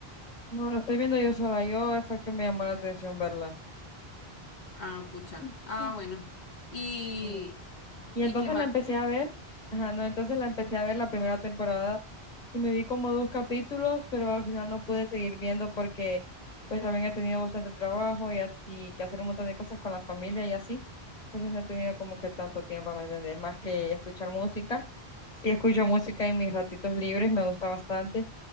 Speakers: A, on the left (about 40°); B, on the left (about 80°).
A: No, la estoy viendo yo sola, yo eh, fue que me llamó la atención verla.
B: Ah, pucha.
A: Mm,
B: Ah,
A: mm.
B: bueno. ¿Y,
A: Sí. Y
B: y
A: entonces
B: qué más?
A: la empecé a ver, ajá, no, entonces la empecé a ver la primera temporada y me vi como dos capítulos, pero al final no pude seguir viendo porque pues también he tenido bastante trabajo y así, que hacer un montón de cosas con la familia y así. Entonces no he tenido como que tanto tiempo, ¿me entendés? Más que escuchar música. Sí escucho música en mis ratitos libres, me gusta bastante.